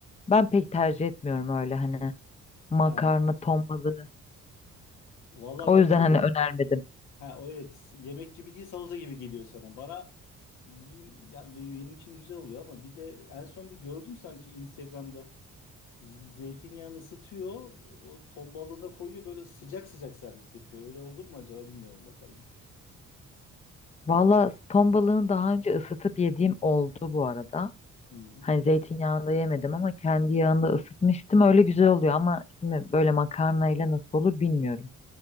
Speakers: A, on the left; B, on the left.
A: ben pek tercih etmiyorum öyle hani makarna
B: he,
A: ton balığı.
B: Valla
A: O
B: ben
A: yüzden
B: çok
A: hani önermedim.
B: ha o evet yemek gibi değil salata gibi geliyor sana. Bana yiyeyim yani benim için güzel oluyor ama bir de en son bir gördüm sanki Instagram'da Z- zeytinyağını ısıtıyor, o ton balığına koyuyor böyle sıcak sıcak servis yapıyor. Öyle olur mu acaba bilmiyorum bakalım.
A: Valla ton balığını daha önce ısıtıp yediğim oldu bu arada.
B: Hı hı.
A: Hani zeytinyağında yemedim ama kendi yağında ısıtmıştım. Öyle güzel oluyor ama şimdi böyle makarnayla nasıl olur bilmiyorum.